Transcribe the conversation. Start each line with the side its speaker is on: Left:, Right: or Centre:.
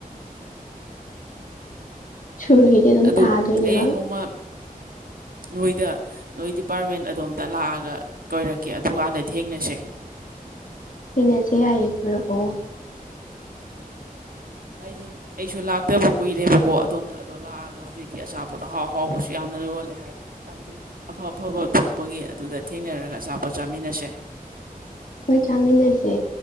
Left: <inaudible> ꯁꯨꯔꯒꯤꯗꯤ ꯑꯗꯨꯝ
Right: ꯑꯗꯨ
Left: ꯊꯥꯗꯣꯏꯅꯦꯕ
Right: ꯍꯌꯦꯡ ꯅꯣꯡꯃ ꯅꯣꯏꯗ ꯅꯣꯏ ꯗꯤꯄꯥꯔꯠꯃꯦꯟ ꯑꯗꯣꯝꯗ ꯂꯥꯛꯑꯒ ꯀꯣꯏꯔꯛꯀꯦ ꯑꯗꯨꯀꯥꯟꯗ ꯊꯦꯡꯅꯁꯦ
Left: ꯁꯤꯅꯁꯦ ꯍꯥꯏꯌꯦꯔꯛꯑꯣ
Right: ꯍꯥꯏꯗꯤ ꯑꯩꯁꯨ ꯂꯥꯛꯇꯕ ꯀꯨꯏꯔꯦꯕꯀꯣ ꯑꯗꯣꯝꯗ ꯑꯗꯣ ꯂꯥꯛꯑꯒ ꯍꯧꯖꯤꯛꯇꯤ ꯑꯆꯥꯄꯣꯠ ꯑꯍꯥꯎ ꯑꯍꯥꯎꯕꯁꯨ ꯌꯥꯝꯅ ꯌꯣꯜꯂꯦ ꯍꯥꯏ ꯀꯥꯟꯇꯤꯟ ꯑꯐ ꯑꯐꯕ ꯊꯣꯛꯄꯒꯤ ꯑꯗꯨꯗ ꯊꯦꯡꯅꯔꯒ ꯑꯆꯥꯄꯣꯠ ꯆꯥꯃꯤꯟꯅꯁꯦ
Left: ꯍꯣꯏ ꯆꯥꯃꯤꯟꯅꯁꯦ